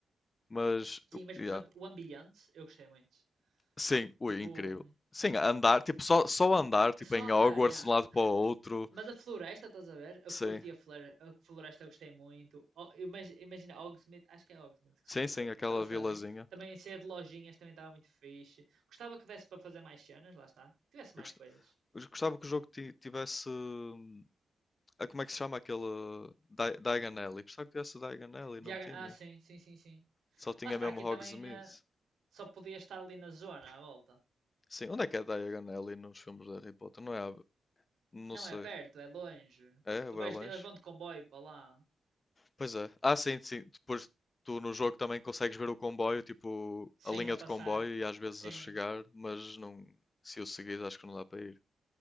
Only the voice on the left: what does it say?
Mas, eu-
yeah.
Sim, ui,
incrível. Sim, andar, tipo, só, só andar, tipo,
em
Hogwarts
de um lado para o outro.
Sim,
sim,
sim,
aquela
vilazinha.
Eu
gost-
eu gostava que o jogo ti- tivesse hum, ah, como é que se chama aquele Di Diagon Alley? Gostava que tivesse Diagon Alley,
não tinha.
Só tinha
mesmo
Hogsmeade.
Sim, onde é que é Diagon Alley nos filmes de Harry Potter? Não é? a- Não
sei.
É,
ou
é longe.
Pois é. Ah, sim, sim. Depois tu no jogo também consegues ver o comboio, tipo
a linha
de comboio e às vezes
a chegar, mas não, se eu seguir acho que não dá para ir.